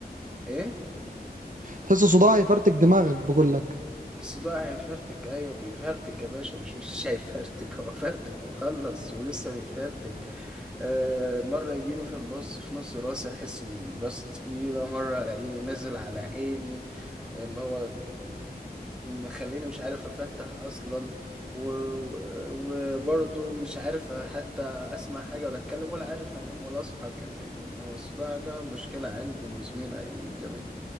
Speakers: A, in the centre; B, on the right.
A: ايه
B: تحس صداع يفرتك دماغك بقول لك
A: الصداع هيفرتك ايوه بيفرتك يا باشا مش مش هيفرتك هو فرتك وخلص ولسه بيفرتك آه مره يجيني في النص في نص راسي احس ان راسي تقيله مره الاقيه نزل على عيني اللي هو مخليني مش عارف افتح اصلا و- و- وبرضه مش عارف حتى اسمع حاجه ولا اتكلم ولا عارف انام ولا اصحى كمان يعني هو الصداع ده مشكله عندي مزمنه يعني من زمان